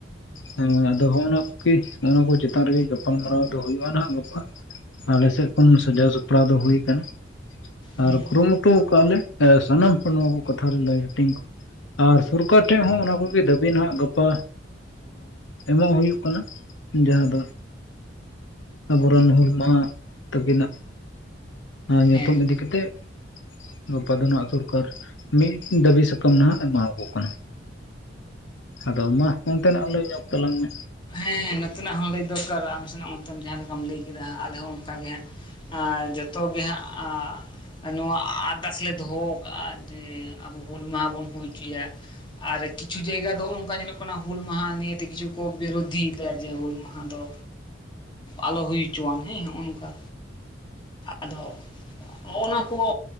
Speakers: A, on the left; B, on the left.
A: ᱦᱮᱸ ᱟᱫᱚ ᱦᱚᱸᱜᱼᱱᱟ ᱠᱚᱜᱮ ᱦᱚᱸᱜᱼᱱᱟ ᱠᱚ ᱪᱮᱛᱟᱱ ᱨᱮᱜᱮ ᱜᱟᱯᱟᱞᱢᱟᱨᱟᱣ ᱫᱚ ᱦᱩᱭᱩᱜᱼᱟ ᱱᱟᱦᱟᱜ ᱜᱟᱯᱟ ᱟᱞᱮ ᱥᱮᱫ ᱠᱷᱚᱱ ᱥᱟᱡᱟᱣ ᱥᱟᱯᱲᱟᱣ ᱫᱚ ᱦᱩᱭ ᱠᱟᱱᱟ
B: ᱦᱩᱸ,
A: ᱟᱨ ᱠᱩᱨᱩᱢᱩᱴᱩ ᱠᱟᱜ ᱞᱮ ᱥᱟᱱᱟᱢ ᱦᱚᱲ ᱱᱚᱣᱟ ᱠᱚ ᱠᱟᱛᱷᱟ ᱞᱟᱹᱭ ᱦᱟᱹᱴᱤᱧ <unintelligible> ᱟᱨ ᱥᱚᱨᱠᱟᱨ ᱴᱷᱮᱱ ᱦᱚᱸ ᱚᱱᱟ ᱠᱚᱜᱮ ᱫᱟᱹᱵᱤ ᱱᱟᱜ ᱜᱟᱯᱟ ᱮᱢᱚᱜ ᱦᱩᱭᱩᱜ ᱠᱟᱱᱟ ᱡᱟᱦᱟᱸ ᱫᱚ ᱟᱵᱚᱨᱮᱱ ᱦᱩᱞ ᱢᱟᱦᱟ ᱛᱟᱹᱠᱤᱱᱟᱜ ᱧᱩᱛᱩᱢ
B: ᱦᱮᱸ,
A: ᱤᱫᱤ ᱠᱟᱛᱮᱜ ᱜᱟᱯᱟ ᱫᱚ ᱦᱟᱸᱜ ᱥᱚᱨᱠᱟᱨ ᱢᱤᱫ ᱫᱟᱹᱵᱤ ᱥᱟᱠᱟᱢ ᱱᱟᱦᱟᱜ ᱮᱢᱟᱣᱟᱠᱚ ᱠᱟᱱᱟ᱾ ᱟᱫᱚ ᱢᱟ ᱚᱱᱛᱮᱱᱟᱜ ᱞᱟᱹᱭ ᱧᱚᱜ ᱛᱟᱞᱟᱝ ᱢᱮ?
B: ᱦᱮᱸ ᱱᱚᱛᱮᱱᱟᱜ ᱦᱚᱸ ᱞᱟᱹᱭ ᱫᱚᱨᱠᱟᱨᱟ ᱟᱢ ᱥᱮᱱᱟᱜ ᱚᱱᱛᱮ ᱡᱟᱦᱟᱸ ᱞᱮᱠᱟᱢ ᱞᱟᱹᱭ ᱠᱮᱫᱟ ᱟᱞᱮ ᱦᱚᱸ ᱚᱱᱠᱟᱜᱮ ᱦᱟᱸᱜ ᱟᱸ, ᱡᱚᱛᱚ ᱜᱮ ᱦᱟᱸᱜ ᱟᱸ, ᱱᱚᱣᱟ ᱟᱨᱫᱟᱥ ᱞᱮ ᱫᱚᱦᱚ ᱠᱟᱜ-ᱟ ᱡᱮ ᱟᱵᱚ ᱦᱩᱞ ᱢᱟᱦᱟ ᱵᱚᱱ ᱦᱩᱭ ᱪᱚᱭᱟ᱾ ᱟᱨ ᱠᱤᱪᱷᱩ ᱡᱟᱭᱜᱟ ᱫᱚ ᱦᱚᱜᱚᱝᱠᱟ ᱧᱮᱞᱚᱜ ᱠᱟᱱᱟ ᱦᱩᱞ ᱢᱟᱦᱟ ᱱᱤᱭᱟᱹ ᱮᱛᱮ ᱠᱤᱪᱷᱩ ᱠᱚ ᱵᱤᱨᱳᱫᱷᱤ ᱫᱟ ᱡᱮ ᱦᱩᱞ ᱢᱟᱦᱟ ᱫᱚ ᱟᱞᱚ ᱦᱩᱭ ᱪᱚᱣᱟᱱ ᱦᱮᱸ ᱦᱚᱜ-ᱚ ᱱᱚᱝᱠᱟ ᱟᱫᱚ ᱦᱚᱸᱜ-ᱱᱟ ᱠᱚᱦᱚ